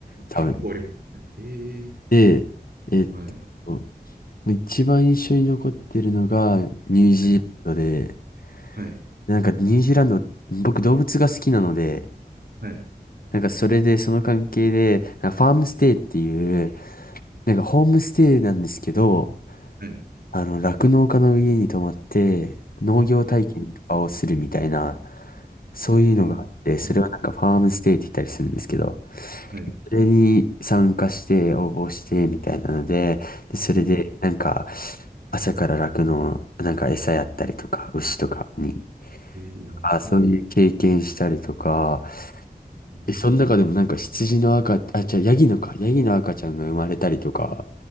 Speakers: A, on the left; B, on the right.
A: 多分。
B: 結構ありますね。ええ
A: で、えっ
B: はい。
A: と、一番印象に残ってるのがニュージーランドで、
B: はい。はい。
A: なんかニュージーランド、僕動物が好きなので、
B: はい。
A: なんかそれでその関係で、なんかファームステイっていう、なんかホームステイなんですけど、
B: はい
A: あの、酪農家の家に泊まって、農業体験とかをするみたいな、
B: え、
A: そういうのがあって、
B: え、え、
A: それはなんかファームステイって言ったりするんですけど、
B: え、はい。
A: それに参加して応募してみたいなので、で、それでなんか
B: もう、
A: 朝から酪農、なんか餌やったりとか、牛とかに、
B: ええあ面白いの。
A: あ、そういう経験したりとか、
B: うん
A: え、その中でもなんか羊の赤、あ、じゃあヤギのか、ヤギの赤ちゃんが生まれたりとか、